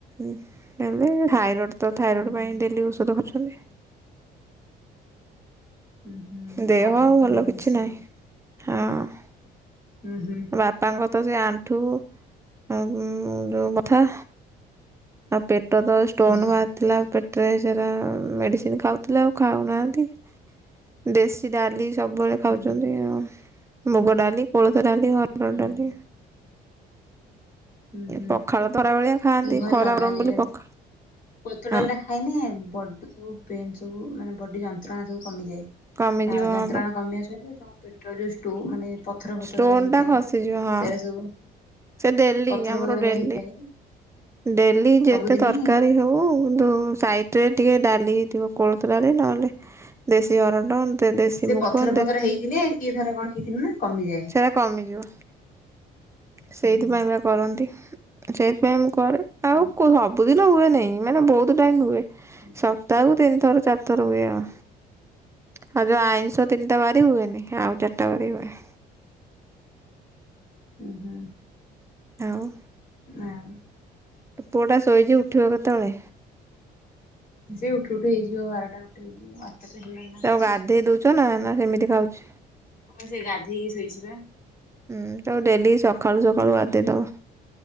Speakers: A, on the right (about 15°); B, on the left (about 55°).
A: ହେଲେ ଥାଇରଡ ତ ଥାଇରଏଡ଼୍
B: ହୁଁ ହୁଁ।
A: ପାଇଁ ଡେଲି ଔଷଧ ଖାଉଛନ୍ତି।
B: ହୁଁ ହୁଁ ଏ
A: ଦେହ
B: ଥାାଇରଡ
A: ଆଉ
B: ବି ତ
A: ଭଲ
B: ମାନେ
A: କିଛି
B: ବେଶୀଇ
A: ନାହିଁ। ହଁ।
B: ହୁ ହୁ
A: ବାପାଙ୍କ ତ ସେ ଆଣ୍ଠୁ ଉଁ ଯୋଉ ବଥା ଆଉ ପେଟ ତ ଷ୍ଟୋନ୍
B: ହୁଁ
A: ବାହାରିଥିଲା ପେଟରେ ସେଟା ମେଡ଼ିସିନ ଖାଉଥିଲେ ଆଉ ଖାଉନାହାନ୍ତି। ଦେଶୀ ଡାଲି ସବୁବେଳେ ଖାଉଛନ୍ତି
B: ହୁଁ।
A: ଆ ମୁଗ ଡାଲି କୋଳଥ ଡାଲି ହ ହରଡ଼
B: ହୁଁ
A: ଡାଲି
B: ହୁଁ ହୁଁ
A: ପଖାଳ ତ ଖରାବେଳିଆ ଖାଆନ୍ତି
B: ଭଲ
A: ଖରା ଗରମ
B: ଡାଲିରେ
A: ବୋଲି ପଖାଳ
B: କୋଲଥ
A: ହଁ
B: ଡାଲି ଟା ଖାଇନ ବଡି ସବୁ ପେନେ ସବୁ ମାନେ ବଡି ଯନ୍ତ୍ରଣା ସବୁ କମିଯାଏ।
A: କମିଯିବ
B: ଆଉ ଯନ୍ତ୍ରଣା
A: ହଁ ବା
B: କମିବା ସହିତ ପେଟ୍ ଯୋ ଷ୍ଟୋ ମାନେ ପଥର ପଥରରେ
A: ଷ୍ଟୋନ୍
B: ହେଇଥାଏ
A: ଟା ଖସିଯିବ ହଁ
B: ସେରା ସବୁ
A: ସେ ଡେଲି
B: ପଥର
A: ଆମର
B: ପଥର
A: ଡେଲି
B: ଯା ହେଇଥାଏ
A: ଡେଲି ଯେତେ
B: ସବୁଦିନି
A: ତରକାରୀ ହଉ କିନ୍ତୁ ସାଇଟି ସେ ଟିକେ ଡାଲି ହେଇଥିବ କୋଳଥ ଡାଲି ନହେଲେ ଦେଶୀ ହରଡ <unintelligible> ଦେଶୀ
B: ସେ
A: ମୁଗ
B: ପଥର ଫଥର ହେଇଥିଲେ କିଏ ଧର କଣ ହେଇଥିଲେ ନା କମିଯାଏ।
A: ସେଟା କମିଯିବ। ସେଇଥିପାଇଁ
B: ହୁଁ
A: ବା କରନ୍ତି ସେଇଥିପାଇଁ ମୁଁ କରେ ଆଉ
B: ହୁଁ
A: କୁହ? ସବୁଦିନ ହୁଏ ନେହିଁ ମାନେ ବହୁତ ଟାଇମ ହୁଏ
B: ହୁଁ
A: ସପ୍ତାହକୁ ତିନି ଥର ଚାରି ଥର ହୁଏ ଆଉ। ଆଉ ଯଉ ଆଇଁଷ ତିନିଟା ବାରି ହୁଏନି ଆଉ ଚାରିଟା ବାରି ହୁଏ।
B: ହୁଁ ହୁଁ।
A: ଆଉ।
B: ହଁ।
A: ତୋ ପୁଅଟା ଶୋଇଛି ଉଠିବ କେତେବେଳେ?
B: ସେ ଉଠୁ ଉଠ ହେଇଯିବ ବାରଟା ଗୋଟେ ହେଇଯିବ। ତତେ ହେଲା ନା?
A: ତାକୁ
B: କଣ?
A: ଗାଧେଇ ଦଉଛ ନା ନା ସେମିତି ଖାଉଛି?
B: ହପା ସେ ଗାଧେଇକି ଶୋଇଛିିବା।
A: ହୁଁ ତାକୁ ଡେଲି ସକାଳୁ ସକାଳୁ ଗାଧେଇଦବ।